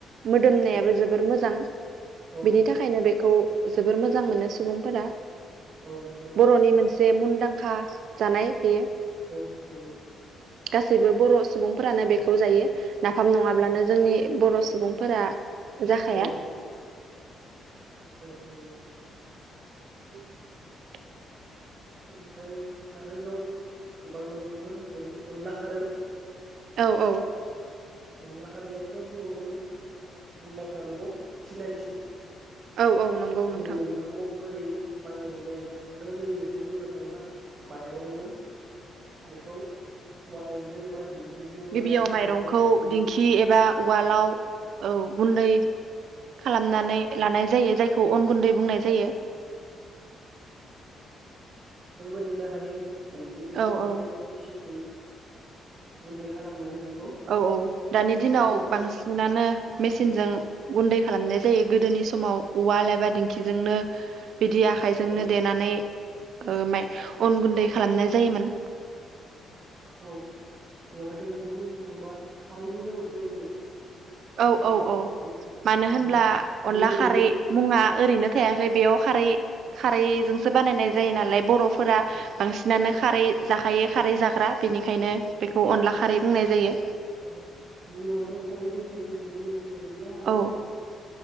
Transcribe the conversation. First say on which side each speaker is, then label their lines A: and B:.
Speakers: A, on the right; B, on the right.
A: मोदोमनायाबो
B: नाफामखौ
A: जोबोर मोजां
B: औ
A: बिनि
B: नंगौ
A: थाखायनो बेखौ जोबोर मोजां मोनो सुबुंफोरा।
B: औ नंगौ नोंथां
A: बर'नि मोनसे मुंदांखा <unintelligible> जानाय बेयो।
B: औ नंगौ।
A: गासैबो बर' सुबुंफोरानो बेखौ जायो नाफाम नङाब्लानो जोंनि बर' सुबुंफोर जाखाया।
B: औ नंगौ औ नंगौ।
A: <unintelligible>
B: ओमफाय आरो दं गोबां मैगंफोर जेरै अनला खारै
A: औ औ।
B: अनला खारियाबोथ' बर'नि मुंदांखा मैगं सिनायखि
A: औ औ नंगौ नोंथां
B: जेरै अनलाखौ बोरै बानायनाय जायोबा संनाय जायो बेखौ बुंनो थाङोबा माइरंजों बेखौ वाल जों बा दि <unintelligible>
A: गिबियाव माइरंखौ
B: <unintelligible> जोंबो
A: दिंखि एबा उवालाव औ गुन्दै खालामनानै लानाय जायो जायखौ अन गुन्दै बुंनाय जायो
B: देनो हायो। देंखिजोंबो
A: औ
B: देनाय
A: औ
B: एबा मेसिनजों गुन्दै खालामनानै बेखौ
A: औ औ दानि दिनाव
B: संनाय जायो
A: बांसिनानो मेसिनजों
B: आरो।
A: गुन दै खालामनाय जायो गोदोनि समाव उवाल एबा दिंखिजोंनो बिदि आखाइजोंनो
B: औ
A: देनानै ओ माइ अन गुन्दै खालामनाय जायोमोन।
B: औ बेवहायथ' बेखौ बुंनो थांबा खारैनि गोनांथि जायो बेखौ संनो
A: औ औ
B: थाखाय
A: औ
B: बानायनो थाखाय
A: मानो होनब्ला अनला
B: मुङावनो
A: खारै मुङा ओरैनो थायाखै बेयाव खारै खारैजोंसो बानायनाय जायो नालेब बर'फोरा बांसिनानो खारै जाखायो खारै जाग्रा बेनिखायनो बेखौ अनला खा खारै बुंनाय जायो।
B: ङ मुङावनो खारै दंखायो बेजों लोगोसे बे अनला आरो
A: औ
B: खारै